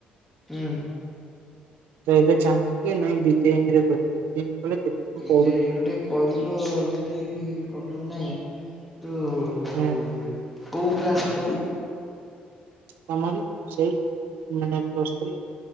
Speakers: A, in the centre; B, on the right (about 90°).
A: ହୁଁ।
B: ତ ଏବେ ଚାହୁଁଚି କି ନାଇଁ ବିଜୟିନୀରେ କରିବ ବିନରେ କଲେ କେତେ କଣ
A: ବିଜୟିନୀରେ
B: ପଡୁଛି
A: କରିବ ଯଦି ପ୍ରୋବ୍ଲେମ୍ ନାହିଁ କିନ୍ତୁ
B: ହୁଁ।
A: ହୁଁ କୋଉ କ୍ଲାସ ପାଇଁ?
B: ତମରି ସେଇ ମାନେ ପ୍ଲସ୍ ଥ୍ରି